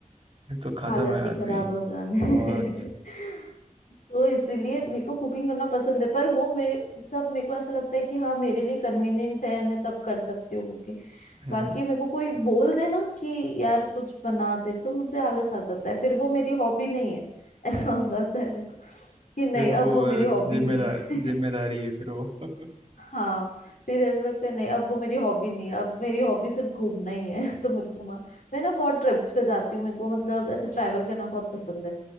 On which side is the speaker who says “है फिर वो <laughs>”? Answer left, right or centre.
Right